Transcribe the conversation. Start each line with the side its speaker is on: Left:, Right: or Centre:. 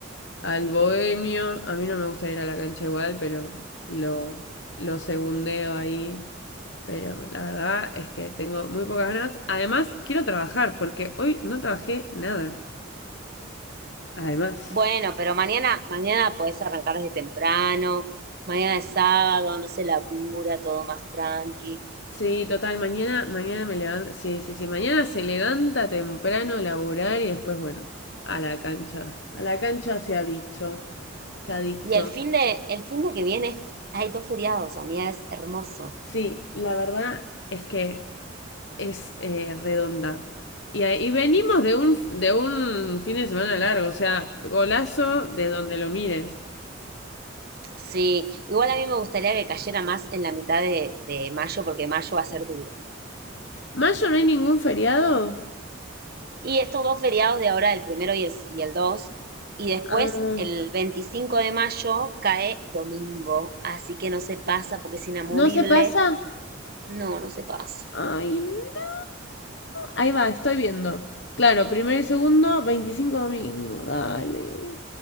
Left: Al Bohemio, a mí no me gusta ir a la cancha igual, pero lo, lo segundeo ahí. Pero la verdad es que tengo muy pocas ganas. Además, quiero trabajar, porque hoy no trabajé nada. Además.
Right: Bueno, pero mañana, mañana podés arrancar desde temprano. Mañana es sábado, no se labura, todo más tranqui.
Left: Sí, total, mañana, mañana me levanto. Sí, sí, sí. Mañana se levanta temprano a laburar y después, bueno, a la cancha. A la cancha se ha dicho. Se ha dicho.
Right: Y el fin de, el fin de que viene es- hay dos feriados, amiga, es hermoso.
Left: Sí, la verdad es que es eh, redonda. Y, y venimos de un, de un fin de semana largo, o sea, golazo de donde lo mires.
Right: Sí, igual a mí me gustaría que cayera más en la mitad de de mayo, porque mayo va a ser duro.
Left: ¿Mayo no hay ningún feriado?
Right: Y estos dos feriados de ahora, el primero y el, y el dos, y después
Left: Ah,
Right: el 25 de mayo cae domingo, así que no se pasa porque es inamovible.
Left: ¿no se pasa?
Right: No, no se pasa.
Left: Ay, no. Ahí va, estoy viendo. Claro, primero y segundo, 25 domingo, dale.